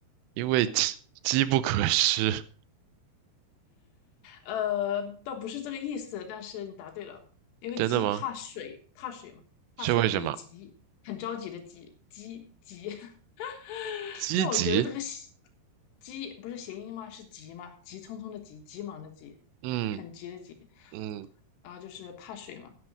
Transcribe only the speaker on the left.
呃，倒不是这个意思，但是你答对了，因为鸡怕水，
怕水嘛，怕水嘛等于急，
很着急的急，急急。<laughs>
虽然我觉得这个喜急不是谐音吗？是急吗？急匆匆的急，急忙的急，
很急的急。
然后就是怕水嘛，